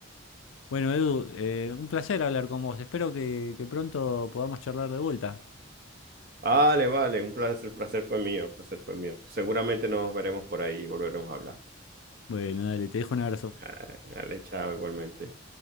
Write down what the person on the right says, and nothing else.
Vale, vale, un placer, el placer fue mío, el placer fue mío. Seguramente nos veremos por ahí y volveremos a hablar.
Ah, Dale, chao, igualmente.